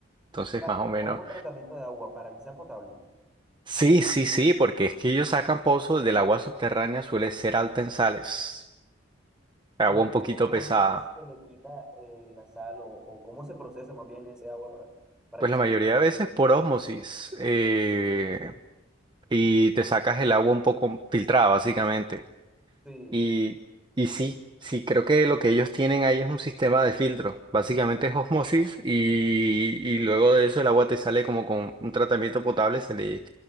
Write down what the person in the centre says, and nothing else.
sea,
como tratamiento de agua para que sea potable,
¿cómo,
cómo
entonces se le quita eh, la sal o, o cómo se procesa más bien ese agua para, para
que
se...
Sí,